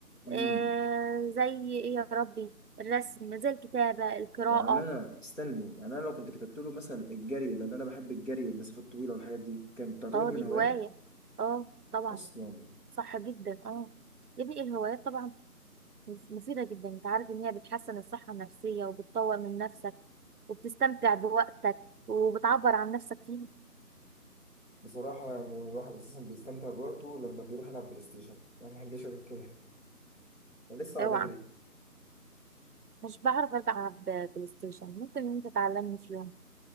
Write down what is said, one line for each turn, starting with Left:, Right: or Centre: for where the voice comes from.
Left: امم
Right: آه، زي ايه يا ربي الرسم زي الكتابه القراءه
Left: يعني انا استني يعني انا لو كنت كتبت له مثلا الجري لان انا بحب الجري والمسافات الطويلة والحاجات دي كانت تعتبر
Right: اه
Left: من
Right: دي
Left: هوايات
Right: هواية اه طبعا
Left: اصلا
Right: صح جدا اه يا ابني الهوايات طبعا مف- مفيدة جدا انت عارف ان هي بتحسن الصحة النفسية وبتطور من نفسك وبتستمتع بوقتك وبتعبر عن نفسك فيها
Left: بصراحة يعني الواحد أساسا بيستمتع بوقته لما بيروح يلعب بلاي ستيشن أنا ما عنديش غير كده أنا لسه قاعد
Right: اوعى
Left: أجري
Right: مش بعرف العب بلاي ستيشن ممكن ان انت تعلمني في يوم